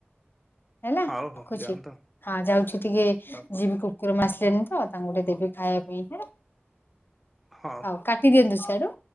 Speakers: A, on the left (about 55°); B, in the centre.
A: ହେଲା ରଖୁଛି।
B: ଆଉ ହଉ ହଉ ଯାଆନ୍ତୁ
A: ହଁ ଯାଉଛି ଟିକେ ଯିଏ
B: ହଉ
A: ଯିବି କୁକୁରମା ଆସିଲେନି ତ ତାଙ୍କୁ ଟିକେ ଦେବି ଖାଇବା ପାଇଁ
B: ହଁ।
A: ହଉ କାଟି ଦିଅନ୍ତୁ ସିଆଡୁ।